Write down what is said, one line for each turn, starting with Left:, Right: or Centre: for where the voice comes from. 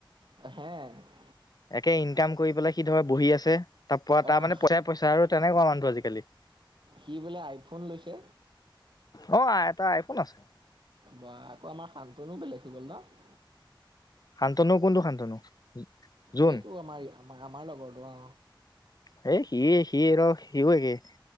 Right: সঁচা।
Left: একে ইনকাম কৰি পেলাই সি ধৰ বহি আছে, তাৰ পৰা
Right: আহ
Left: তাৰ মানে পইচাই পইচা আৰু তেনেকুৱা মানুটো আজিকালি।
Right: সি বোলে আইফোন লৈছে।
Left: অ', এটা আইফোন আছে।
Right: বা আকৌ আমাৰ শান্তনো বেলেগ হৈ গ'ল ন?
Left: শান্তনু কোনটো শান্তনু? জোন
Right: সেইটো আমাৰ ই আমাৰ আমাৰ লগৰটো অ।
Left: সেই সি সি ৰ সিও একে